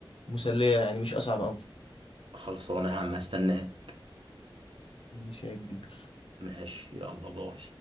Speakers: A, on the left (about 75°); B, on the right (about 70°).
A: مسليه يعني مش اصعب قوي
B: خلصانة يا عم هستناك
A: مش هي كبير
B: ماشي يلا باي